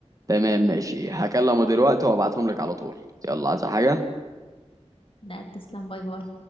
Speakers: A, on the right; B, on the left.
A: تمام ماشي هكلمه دلوقتي وابعتهم لك على طول يلا عايزه حاجه
B: لا تسلم باي باي